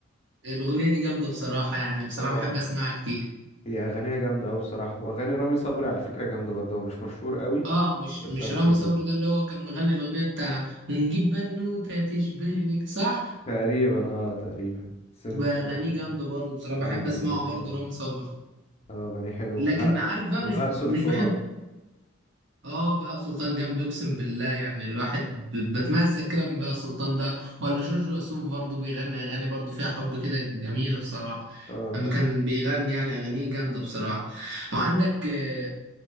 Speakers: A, on the right; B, on the left.
A: الأغنية دي جامدة بصراحة يعني بصراحة
B: اه
A: بحب أسمعها كتير
B: هي اغانيها جامده قوي بصراحه واغاني رامي صبري على فكره جامده برضه هو مش مشهور قوي
A: آه مش
B: بس
A: مش
B: اغانيه
A: رامي
B: جامده
A: صبري ده اللي هو كان مغني الأغنية بتاع ونجيب بنوتة تشبه لك صح؟
B: تقريبا اه تقريبا بس مش
A: بأغانيه
B: متاكد
A: جامدة
B: اه
A: برضه بصراحة بحب أسمعه
B: اغانيه
A: برضه
B: حلوه أوي.
A: رامي صبري
B: اه اغانيه حلوه
A: لكن
B: وبهاء
A: عارف بقى
B: وبهاء
A: مش
B: سلطان
A: مش بحب اه بهاء سلطان جامد اقسم بالله يعني الواحد ب- بتمزق كده من بهاء سلطان ده ولا جورج وسوف برضه بيغني اغاني برضه فيها حب كده جميله بصراحه
B: اه
A: لما كان بيغني يعني اغانيه جامده بصراحه وعندك آه،